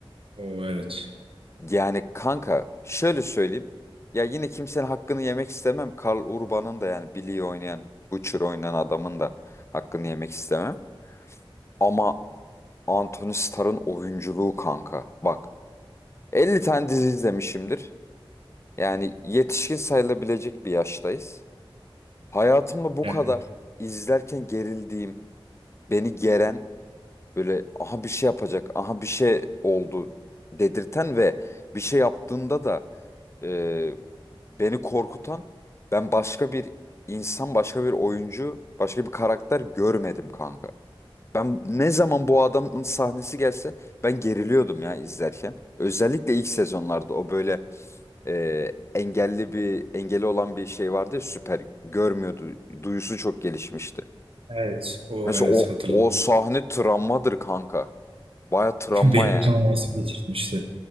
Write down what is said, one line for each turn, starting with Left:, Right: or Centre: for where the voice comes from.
Right: O evet.
Left: Yani kanka şöyle söyleyeyim. Ya yine kimsenin hakkını yemek istemem. Karl Urban'ın da yani Billy'yi oynayan, Butcher oynayan adamın da hakkını yemek istemem. Ama Anthony Starr'ın oyunculuğu kanka. Bak 50 tane dizi izlemişimdir. Yani yetişkin sayılabilecek bir yaştayız. Hayatımda bu
Right: Evet,
Left: kadar izlerken gerildiğim, beni geren böyle aha bir şey yapacak, aha bir şey oldu dedirten ve bir şey yaptığında da e, beni korkutan ben başka bir insan, başka bir oyuncu, başka bir karakter görmedim kanka. Ben ne zaman bu adamın sahnesi gelse ben geriliyordum ya izlerken. Özellikle ilk sezonlarda o böyle e, engelli bir engeli olan bir şey vardı ya süper görmüyordu. Duyusu çok gelişmişti.
Right: evet. O
Left: Mesela
Right: evet
Left: o
Right: hatırladım.
Left: o sahne travmadır kanka. Baya travma
Right: <laughs> Beyin
Left: yani.
Right: kanaması geçirmişti.